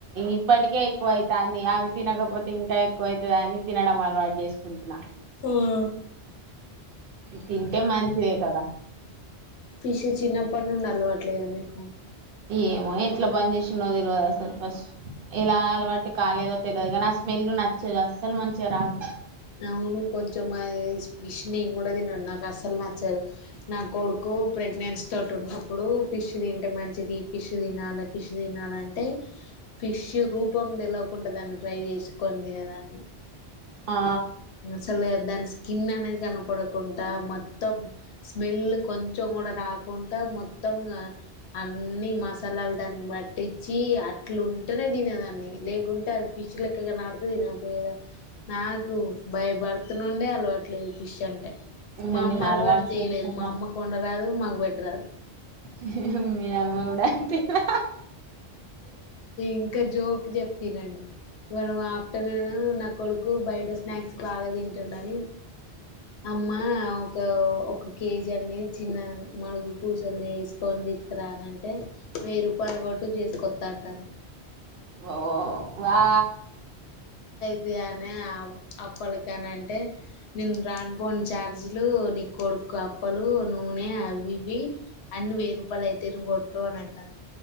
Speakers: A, on the right; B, on the left.
A: ఇప్పటికే ఎక్కువ అయితాం అవి తినకపోతే ఇంకా ఎక్కువ అయితదని తినడం అలవాటు చేసుకుంటున్నా
B: మ్
A: తింటే మంచిదే కదా!
B: ఫిష్ చిన్నప్పడి నుండి అలవట్లేదా మీకు?
A: ఏమో ఎట్లా బంద్ చేసిండో తెల్వదు అస్సలు ఫస్ట్ ఎలా అలవాట్ కాలేదో తెలియదు కానీ ఆ స్మెల్ నచ్చదు అస్సలు మంచిగా రాదు.
B: అవును కొంచమ విష్ని కూడాడది న నాకు అస్సలు నచ్చదు నా కొడుకు ప్రెగ్నెన్సీ తోటి ఉన్నప్పుడు ఫిష్ తింటే మంచిది ఫిష్ తినాలి ఫిష్ తినాలంటే ఫిష్ రూపం తెలవకుండా దాన్ని ఫ్రై చేసుకొని తినేదాన్ని
A: ఆ
B: సల్దా అ స్కిన్ అనేది కనపడకుండా మొత్తం స్మెల్ కొంచెం కూడా రాకుండా మొత్తం ఆ అన్ని మసాలాలు దానికి పట్టించి అట్లు ఉంటేనే తినేదాన్ని లేకుంటే అది ఫిష్ లెక్కగా నాడితే తినకపోయేదా నాకు భయపడుతు నుండి అలవట్లేదు ఫిష్ అంటే
A: ఇంగ
B: మా అమ్మ
A: నేను
B: అలవాటు చేయలేదు
A: చేసుకుంటా
B: మా అమ్మ కొండరాదు మాకు పెట్రాదు
A: ఇడ
B: ఇంకా జోక్ చెప్తినండి మనం ఆ అట్ట నేను నా కొడుకు బయట స్నాక్స్ బాగా తింటుండని అమ్మ ఓ ఒక ఒక కేజీ అన్నీ చిన్న మడుగు పూసలు వేసుకొని తీసుకురానంటే మీరు పడగొట్టు చేసుకొస్తా అంటను
A: ఓ వా
B: ఇది అనే అప్పలక అని అంటే నేను రానిపోని ఛార్జ్లు నీ కొడుకు అప్పలు నూనె అవి ఇవి అన్ని వెయ్యి రూపాయలు అయితే కొట్టు అని అంటాను